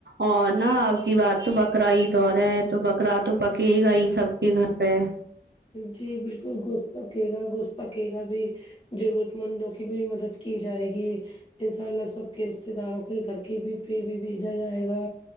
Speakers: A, on the right (about 70°); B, on the left (about 30°).
A: اور نا آپ کی بات تو بکراعید دور ہے تو بکرا تو پکے گا ہی سب کے گھر پہ
B: جی بالکل گوشت پکے گا گوشت پکے گا بھی ضرورت مندوں کی بھی مدد کی جائے گی انشاء اللہ سب کے رشتے داروں کے گھر کے پہ بھی بھیجا جائے گا